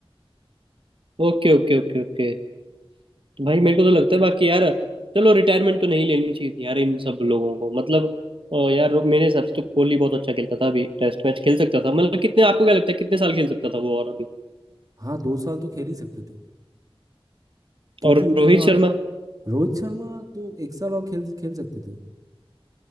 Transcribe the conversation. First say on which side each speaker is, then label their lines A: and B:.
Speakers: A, on the right; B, on the right.
A: Okay okay okay okay भाई मेरे को तो लगता है बाकी यार चलो रिटायरमेंट तो नहीं लेनी चाहिए थी यार इन सब लोगों को मतलब अ, यार मेरे हिसाब से तो कोहली बहुत अच्छा खेलता था अभी टेस्ट मैच खेल सकता था मतलब कितने आपको क्या लगता है कितने साल खेल सकता था वो और अभी
B: हाँ दो साल तो खेल ही सकते थे क्योंकि
A: और
B: इतना
A: रोहित शर्मा
B: रोहित शर्मा तो एक साल और खेल खेल सकते थे